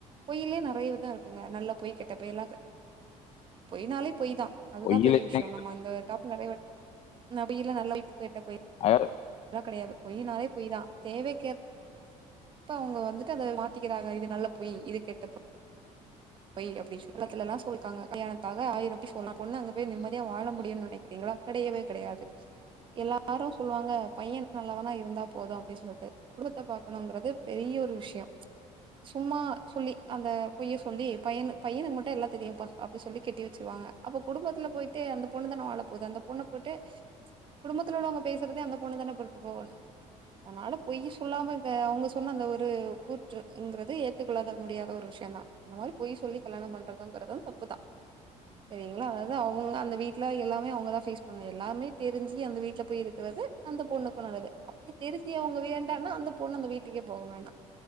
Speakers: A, on the right; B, on the left.
A: பொய்யிலயே நெறைய விதோ இருக்குங்க நல்ல பொய் கெட்ட பொய் எல்லா இக்கு பொய்னாலே பொய்தா அதுதா
B: பொய்யில
A: பெரிய
B: என்னங்க
A: விஷயோ நம்ம இந்த டாபிக் நெறைய வாட் நெறைய இதுல நல்ல பொய் கெட்ட பொய்
B: அவரு
A: கெடையாது பொய்னாலே பொய்தா தேவைக்கேற்ப அவங்க வந்துட்டு அத மாத்திக்கிறாங்க இது நல்ல பொய் இது கெட்ட பொய் அப்பிடி சொ சொந்தத்துல எல்லா சொல்லிருக்காங்க கல்யாணத்க்காக ஆயிரம் பொய் சொல்லலா பொண்ணு அங்க போய் நிம்மதியா வாழ முடியுனு நெனைக்கிறீங்களா கெடையவே கெடையாது எல்லாரு சொல்வாங்க பைய ந ல்லவனா இருந்தா போது அப்டீ சொல்ட்டு குடும்பத்த பாக்கனுங்கறது பெரிய ஒரு விஷயோ சும்மா சொல்லி அந்த பொய்ய சொல்லி பையன பையனுக்கு மட்டு எல்லா தெரியுப்பா அப்டி சொல்லி கட்டி வச்சுருவாங்க அப்ப குடும்பத்துல போயிட்டு அந்த பொண்ணு தான வாழப்போது அந்த பொண்ண போட்டு குடும்பத்துல உள்ளவங்க பேசறதே அந்த பொண்ணுதான பொறு த்து போகணு அதனால பொய்யி சொல்லாம இருக்கறத அவங்க சொன்ன அந்த ஒரு கூற்றுங்கறது ஏத்துக்கொள்ளாத முடியாத ஒரு விஷயந்தா அந்த மாதிரி பொய் சொல்லி கல்யாணோ பண்றதுங்கறது தப்புதா செரிங்களா அதாவது அவங்க அந்த வீட்ல எல்லாமே அவங்கதா ஃபேஸ் பண்ணணு எல்லாமே தெரிஞ்சு அந்த வீட்ல போய் இருக்குறது அந்த பொண்ணு சொன்னாங்க அது அப்டி தெரிஞ்சு அவங்க வேண்டான்னா அந்த பொண்ணு அந்த வீட்டுக்கே போகவேண்டா